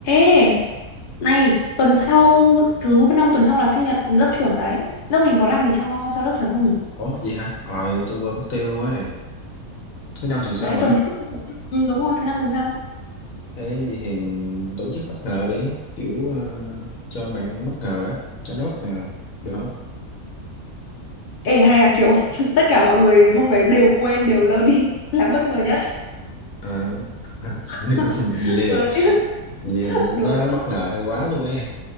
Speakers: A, on the left; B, on the left.
A: Ê, này, tuần sau thứ năm tuần sau là sinh nhật lớp trưởng đấy. Lớp mình có làm gì cho cho lớp trưởng không nhỉ?
B: Ủa vậy hả? Ờ tôi quên mất tiêu luôn ấy. Thứ năm tuần sau
A: Đấy,
B: hả?
A: tuần trước. Ừ, đúng rồi, thứ năm tuần sau.
B: Ê vậy thì mình tổ chức bất ngờ đi, kiểu ờ, cho bạn bất ngờ á, cho nó bất ngờ được không?
A: Ê, hay là kiểu <laughs> tất cả mọi người hôm đấy đều quên, đều lơ đi <laughs> là bất ngờ nhất.
B: À, <laughs>
A: <laughs>
B: vậy thì-
A: Đùa chứ,
B: vậy thì nó
A: đùa chứ.
B: bất ngờ hơi quá luôn ấy.